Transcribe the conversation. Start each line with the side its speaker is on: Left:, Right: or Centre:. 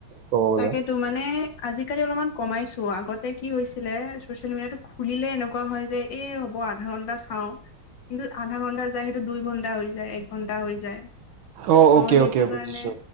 Right: ক'ব গ'লে।
Left: তাকেতো মানে আজিকালি অলপমান কমাইছো আগতে কি হৈছিলে চচিয়েল মিডিয়াতো খুলিলে এনেকুৱা হয় যে এই হ'ব আধা ঘন্টা চাও। কিন্তু আধা ঘণ্টা যায় সেইটো দুই ঘণ্টা হৈ যায় এক ঘণ্টা হৈ যায়।
Right: অ
Left: ত'
Right: অ'কে
Left: সেইটো
Right: অ'কে
Left: কাৰণে।
Right: বুজিছো